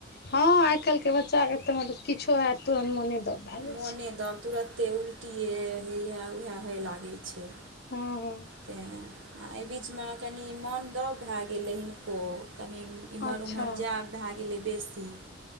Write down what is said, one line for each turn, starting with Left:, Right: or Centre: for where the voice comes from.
Left: हँ आइ काल्ह के बच्चा तुरंत किछो हैत तुरन्त मोने दब भए
Right: मोने
Left: जाइ छै
Right: दब तुरन्ते उल्टियए हए उएह होइ लागैत छै
Left: हँ
Right: तैँ आ एहि बीचमे कनि मन दब भऽ गेलै हिनको कनि एम्हर
Left: अच्छा
Right: ओम्हर जाएब भए गेलै बेसी